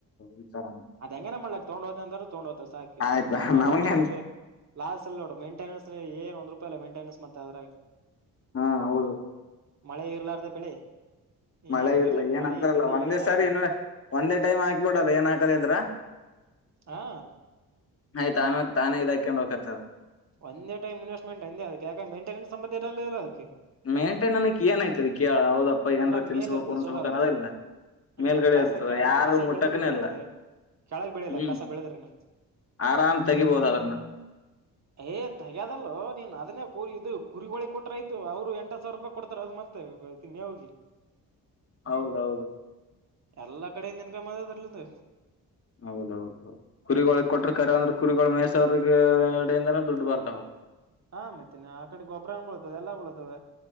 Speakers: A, on the left; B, on the right.
A: ವಿಚಾರ.
B: ಅದ ಹೆಂಗನ ಮಾಡ್ಲಕ್ ತೊಂಡ ಹೋತ ಅ್ರೆ ತಗೊಂಡ್ ಹೋತ ಸಾಕಿ
A: ಆಯ್ತಾ
B: ಅದು ಮಾತ್ರ
A: ನಮಗೇನ್
B: ಮಾಡಿದರ್ಲಲಿ. ಲಾಸ್ ಅಲ್ಲಿ ನೋ ಮೈಂಟನೆನ್ಸ್ ಏ ಒಂದ ರೂಪಾಯಲ್ಲ ಮೈಂಟನೆನ್ಸ್ತ್ತ ಅದಾಗ.
A: ಹಾ ಹೌದು
B: ಮಳೆ ಇರ್ಲಾರ್ದ ಬೆಳೆ. ನೀನ್
A: ಮಳೆ
B: ಏನಾರ
A: ಇಲ್ಲ
B: ಇರ್ಲಕ್ಕ
A: ಏನ್
B: ಮಳಿ
A: ಅಂತಾರಲ್ಲ
B: ಬೆಳಿ
A: ಒಂದೇ
B: ಏನಾರ
A: ಸಾರಿ
B: ಇರ್ಲಕ್ಕ
A: ಇನ್ ಒಂದೇ ಟೈಮ್ ಹಾಕ್ಬಿಡದ ಏನ್ ಹಾಕದ ಇದ್ರ.
B: ಹಾ.
A: ನಯ್ ಆಾಮಾಗ ತಾನೇ ಇದಾಕೊಂಡ್ ಹೋಗಕತವ.
B: ಒಂದೇ ಟೈಮ ಇವೆಸ್ಟ್್ಮೆಟ್ ಅಂದ ಅದ ಯಾಕ ಮಂಟನೆನ್ ಸಂಬಂ ಇರಲಿಲ್ಲ ಅದಕ್ಕೆ.
A: ಮೇಂಟೈನ್ನ್ಕ್ ಏನ್ಐತಿರಿ ಕೇಳ ಹದಪ್ಪ ಏನ್
B: ಅದ್ರಾಗ
A: ತಿನ್ಸ್ಬೇಕಕ್ುಣ್ಸ್ಬೇಕಕ್
B: ಮೇಲ್ ಇರ್ತ ಸೋಲಾರ್
A: ಅನ್ನೋದ ಇಿಲ್ಲ.
B: ಹ
A: ಮೇಲ್ಗಡೆ
B: ಕಸ
A: ಇರ್ತದೆ
B: ಕೆಳಗ
A: ಯಾರು
B: ಕಸ
A: ಮುಟ್ಟಕನ
B: ಬೆಳದ್ರನು ಬೆಳೀತದೆ
A: ಎಲ್ಲ.
B: ಕೆಳಗ್ ಬೆಳಿಲ್ಲ
A: ಹ್ಮ್
B: ಕಸ ಬೆಳದ್ರನು
A: ಆರಾಮ್ ತೆಗಿಬೋದ ಅದ್ರನ್ನ.
B: ಏ್ ತಗ್ಯದಲ್ಲೋ ನೀನ್ ಅದನ್ನೇ ಕರಿ ಇದು ಕುರಿಗಳೋಳಿ ಕೊಟ್ರಾಯ್ತು ಅವ್ರು ಎಂಟ ಸಾವ. ರೂಪಾಯಿ ಕೊಡ್ತಾರೆ ಅದು ಮತ್ತೆ ತಿಮ್ಮಿ ಹೋಗಿ.
A: ಹೌದೌದು.
B: ಎಲ್ಲಾ ಕಡೆಯಿಂದ ಇನ್ಕಮ್ಮ್ ಅದ ಅದರ್ಲ್ದ.
A: ಹೌದೌದು ಹೌದು ಕುರಿಗಳ ಕೊಟ್ರೆ ಕರೆ ಅಂದ್ರೆ ಕುರಿಗಳು ಮೇಸವ್ರಿಗೆ ಎಡೆಯಿಂದನ ದುಡ್ಡು ಬರ್ತಾವ.
B: ಹಾ ಮತ್ತೇನೆ ಆ ಕಡೆ ಗೊಬ್ಬ್ರನ್ ಬಳತದೆ ಎಲ್ಲ ಬಳತದ